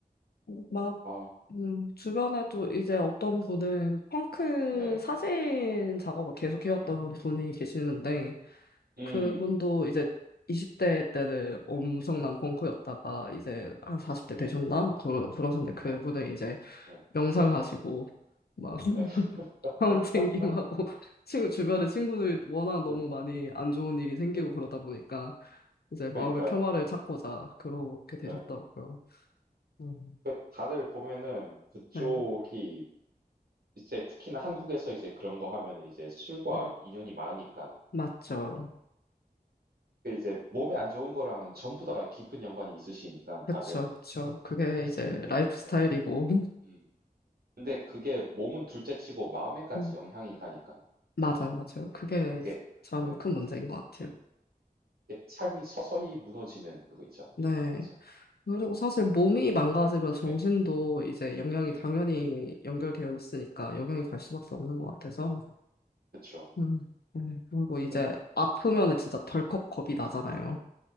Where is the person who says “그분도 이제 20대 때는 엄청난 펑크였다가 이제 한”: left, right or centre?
Left